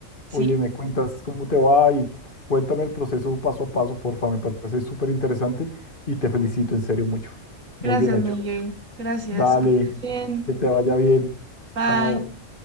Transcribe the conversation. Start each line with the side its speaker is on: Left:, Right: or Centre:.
Right: Sí.
Left: Oye, me cuentas cómo te va y cuéntame el proceso paso a paso, porfa. Me parece súper interesante y te felicito en serio mucho. Muy
Right: Gracias,
Left: bien hecho.
Right: Miguel. Gracias.
Left: Dale,
Right: Que estés bien.
Left: que te vaya bien.
Right: Bye.
Left: Chao.